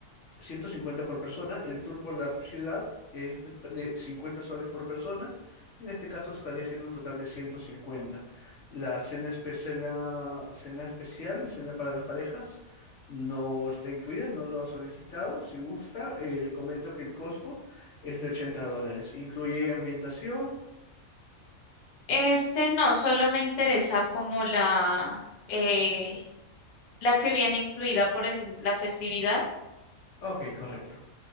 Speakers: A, on the left; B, on the left.
A: 150 por persona, el tour por la ciudad es de de 50 soles por persona, en este caso estaría siendo un total de 150. La cena especial, la cena especial, cena para las parejas, no está incluida, no lo ha solicitado, si gusta, eh, le comento que el costo es de 80 dólares, incluye ambientación,
B: Este no, solo me interesa como la, eh, la que viene incluida por el- la festividad.
A: ok, correcto.